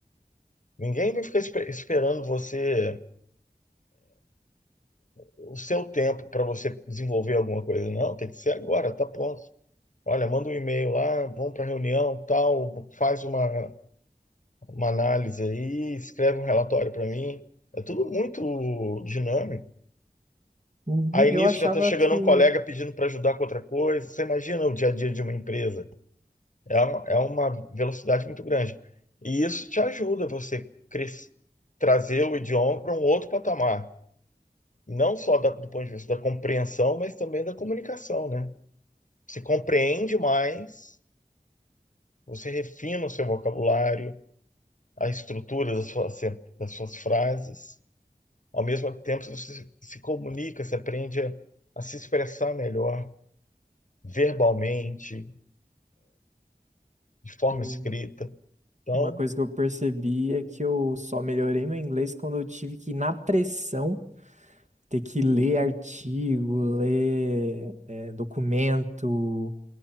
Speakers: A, on the left (about 55°); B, on the right (about 50°).
A: Ninguém vai ficar espe- esperando você o seu tempo para você desenvolver alguma coisa. Não, tem que ser agora, tá pronto. Olha, manda um e-mail lá, vamos para reunião, tal, faz uma, uma análise aí, escreve um relatório para mim. É tudo muito dinâmico.
B: Uhum,
A: Aí
B: Eu
A: nisso
B: achava
A: já está chegando
B: que
A: um colega pedindo para ajudar com outra coisa. Você imagina o dia a dia de uma empresa. É uma, é uma velocidade muito grande. E isso te ajuda você cres- trazer o idioma para um outro patamar. Não só da- do ponto de vista da compreensão, mas também da comunicação, né? Você compreende mais, você refina o seu vocabulário, a estrutura das suas, das suas frases. Ao mesmo tempo, você se comunica, você aprende a, a se expressar melhor, verbalmente, de forma
B: hum,
A: escrita. Então,
B: uma coisa que eu percebi é que eu só melhorei meu inglês quando eu tive que, na pressão, ter que ler artigo, ler é, documento.